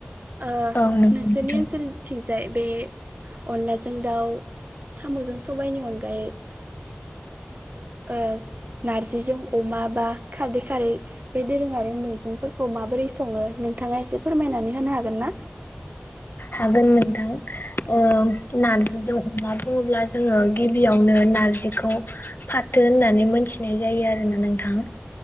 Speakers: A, on the right; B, on the left.
A: ओ
B: औ नंगौ
A: नोंसोरनि
B: नोंथां
A: ओनसोलनिथिं जाय बे अनलाजों दाउ साम'जों सबाइनि अनगायै ओ नारजिजों अमा बा खारदै खारै बे दोरोङारि मै गंफोरखौ माबोरै सङो नोंथाङा एसे फोरमायनानै होनो हागोन ना?
B: हागोन नोंथां। औ नारजिजों अमा बुङोब्ला जोङो गिबियावनो नारजिखौ फाथो होननानै मोनथिनाय जायो आरोना नोंथां।